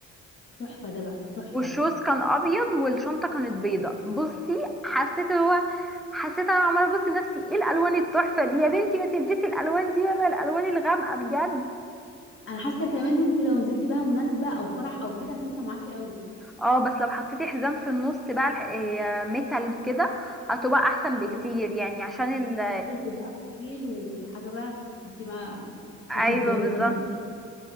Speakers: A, on the left (about 40°); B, in the centre.
A: تحفه ده بقى تحفه
B: والشوز كان ابيض والشنطه كانت بيضه بصي حسيت هو حسيت انا عماله ابص لنفسي ايه الالوان التحفه دي يا بنتي ما تلبسي الالوان دي بدل الالوان الغامقه بجد
A: انا حاسه كمان انت لو نزلتي بقى مناسبه او فرح او كده هتنفع معاكي قوي
B: اه بس لو حطيتي حزام في النص بقى الح- آه، ميتال كده هتبقى احسن
A: ايوه
B: بكتير يعني عشان ال
A: مع هيلز بقى طويل وحاجه بقى تدي ما
B: ايوه
A: هتدي هتوديكي
B: بالظبط
A: في حتة.